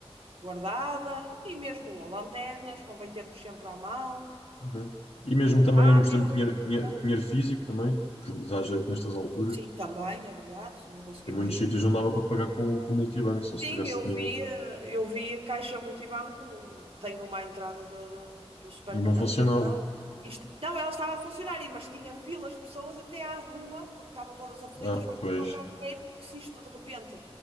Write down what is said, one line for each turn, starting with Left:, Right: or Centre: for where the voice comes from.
Right: guardada e mesmo lanternas, convém termos sempre à mão.
Left: Uhum. E mesmo
Right: Um
Left: também,
Right: rádio.
Left: por exemplo, dinheiro, dinhe-
Right: Não.
Left: dinheiro físico também, que dá jeito nestas alturas.
Right: Sim, também, é verdade, se não conseguimos
Left: Em muitos
Right: usar.
Left: sítios não dava para pagar com, com multibanco, só
Right: Sim,
Left: se tivesse
Right: eu
Left: dinheiro.
Right: vi, eh, eu vi a caixa multibanco, tenho uma à entrada do, do, do supermercado.
Left: E não funcionava.
Right: Isto- não, ela estava a funcionar, e- mas tinha filas de pessoas até à rua, porque estavam todas aflitas,
Left: Ah,
Right: vão
Left: pois,
Right: levantar dinheiro, porque se isto de repente